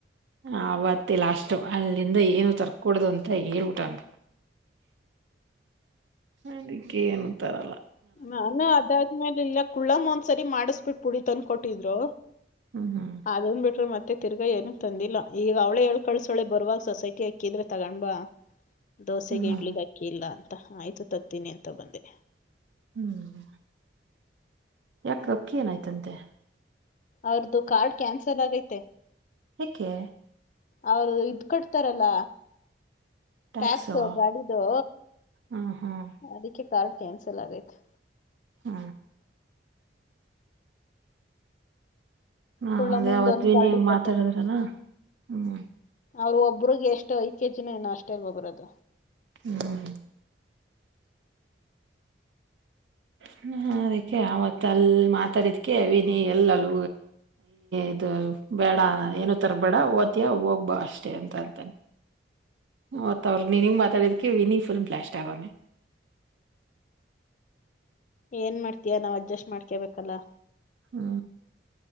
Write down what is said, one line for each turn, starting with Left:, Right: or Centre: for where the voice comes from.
Right: ಆವತ್ತೆ ಲಾಷ್ಟು ಅಲ್ಲಿಂದ ಏನು ತರ್ಕೊಡ್ದು ಅಂತ ಹೇಳ್ಬಟವ್ನ್. ಅದಕ್ಕೆನಂತರಲ್ಲ.
Left: ನಾನು ಅದಾದ್ಮೇಲೆ ಇಲ್ಲ್ ಕುಳ್ಳಮ್ಮ ಒಂದ್ಸರಿ ಮಾಡಿಸ್ಬಿಟ್ಟ್ ಪುಡಿ ತಂದ್ಕೊಟ್ಟಿದ್ರು.
Right: ಹ್ಮ್ ಹ್ಮ್
Left: ಅದನ್ ಬಿಟ್ರ ಮತ್ತ್ ತ್ತೆ ತಿರ್ಗಾ ಏನ ತಂದಿಲ್ಲ ಈಗವ್ಳೇ ಹೇಳ್ ಕಳ್ಸೌಳೆ ಬರ್ವಾಗ ಸೊಸೈಟಿ ಅಕ್ಕಿದ್ರೆ ತಗೊಂಡ್ ಬಾ. ದೋಸೆಗೆ
Right: ಹ್ಮ್ ಹ್ಮ್
Left: ಇಡ್ಲಿಗಕ್ಕಿಲ್ಲ ಅನ್. ತ್ ಆಯ್ತು ತತ್ತೀನಿ ಅಂತ ಬಂದೆ
Right: ಹ್ಮ್ ಯಾಕಕ್ಕಿ ಏನಾಯ್ತಂತೆ.
Left: ಅವ್ರ್ದು ಕಾರ್ಡ್ ಕ್ಯಾನ್ಸಲ್ ಆಗೈತೆ.
Right: ಹೆಕ್ಕೆ
Left: ಅವ್ರು ಇದ್ ಕಟ್ತಾರಲ್ಲ.
Right: ಟ್ಯಾಕ್ಸು
Left: ಟ್ಯಾಕ್ಸ್ ಗಾಡಿದೋ
Right: ಹ್ಮ್ ಹ್ಮ್
Left: ಅದ್ಕಿ ಪಾಲ ಕ್ಯಾನ್ಸಲ್ ಆಗೈತೆ.
Right: ಹಾ ಹಾ
Left: ಕುಳ್ಳಮ್ಮಂದು
Right: ಅದೇ ಅವತ್
Left: ಒಂದ್
Right: ವಿನಿಯ
Left: ಕಾರ್ಡಿಗೆ
Right: ಮಾತಾಡುದ್ರಲ್ಲ ಹ್ಮ್.
Left: ಅವ್ರ ಒಬ್ಬ್ರಿಗೆ ಎಷ್ಟು ಐದ್ ಕೆಜಿನ ಏನ ಅಷ್ಟೇ ಅಲ್ವಾ ಬರೋದ.
Right: ಹ್ಮ್. ಹ್ಮ ಅದಕ್ಕೆ ಯವತ್ತು ಮತ್ತ ಅಲ್ ಮಾತಾಡಿದ್ಕ ವಿನಿ ಎಲ್ಲಲ್ ಇದ ಬೇಡ ಏನ ತರ್ಬೇಡ ಓತಿಯ ಹೋಗ್ಬಾ ಅಷ್ಟೇ ಅಂತ ಅಂತಾನ ಮತ್ತ ಅವ್ರ ನೀನ್ಗ ಮಾತಾಡಿದಕ ವಿನಿ ಫುಲ್ ಬ್ಲಾಸ್ಟ್ ಆಗೋಣೆ.
Left: ಏನ್ ಮಾಡ್ತಯ ನಾವ್ ಅಡ್ಜಸ್ಟ್ ಮಾಡ್ಕೇಬೇಕಲ್ಲಾ.
Right: ಹ್ಮ